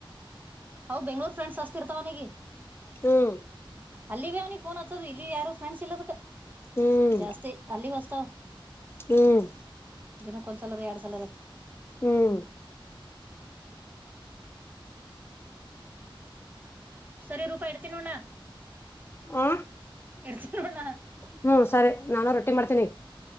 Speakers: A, on the right; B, on the left.
A: ಅವ ಬೆಂಗ್ಳೂರ್ ಫ್ರೆಂಡ್ಸ್ ಹಚ್ತಿರ್ತಾವ್ ಅವನಿಗೆ
B: ಹ್ಮ್
A: ಅಲ್ಲಿ ವೆ ಅವ್ನಿಗ ಫೋನ್ ಹಚ್ಚೋದು ಇಲ್ಲಿ ಯಾರೋ ಫ್ರೆಂಡ್ಸ್ ಇಲ್ಲದ
B: ಹ್ಮ್
A: ಜಾಸ್ತಿ ಅಲ್ಲಿವ ಹಚ್ತವ್
B: ಹ್ಮ್
A: ದಿನಕ್ಕ ಒಂದ್ಸಲರ ಎರಡ್ ಸಲರ
B: ಹ್ಮ್
A: ಸರಿ ರೂಪಾ ಇಡ್ತಿನ್ ನೋಡ್ನಾ
B: ಆ
A: <unintelligible>
B: ಹ್ಮ್ ಸರಿ ನಾನು ರೊಟ್ಟಿ ಮಾಡ್ತೀನಿ